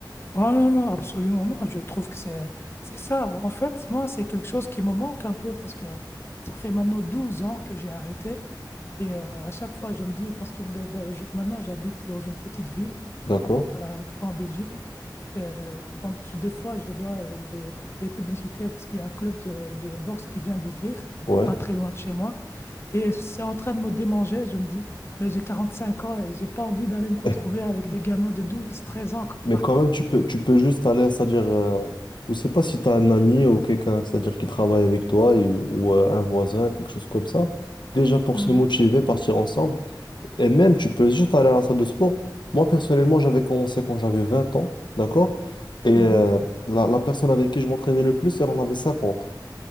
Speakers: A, on the left (about 30°); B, on the left (about 75°).
A: Oh non, non, absolument. Non, je trouve que c'est, c'est ça. Bon, En fait, moi, c'est quelque chose qui me manque un peu parce que ça fait maintenant 12 ans que j'ai arrêté. Et euh, à chaque fois, je me dis, parce que de- de- je- maintenant, j'habite dans une petite ville.
B: D'accord?
A: euh, en Belgique. Euh, on- tu- des fois, je vois euh, les, les publicités parce qu'il y a un club de, de boxe qui vient d'ouvrir,
B: Ouais.
A: pas très loin de chez moi. Et c'est en train de me démanger. Je me dis, mais j'ai 45 ans et j'ai pas envie d'aller me retrouver
B: <laughs>
A: avec des gamins de 12, 13 ans,
B: Mais
A: quoi.
B: quand même, tu peux, tu peux juste aller, c'est-à-dire, euh, je sais pas si tu as un ami ou quelqu'un, c'est-à-dire qui travaille avec toi et- ou euh, un voisin, quelque chose comme ça. Déjà pour
A: Mhm,
B: se motiver, partir ensemble. Et même, tu peux juste aller à la salle de sport. Moi, personnellement, j'avais commencé quand j'avais 20 ans, d'accord? Et euh,
A: mhm.
B: la, la personne avec qui je m'entraînais le plus, elle en avait 50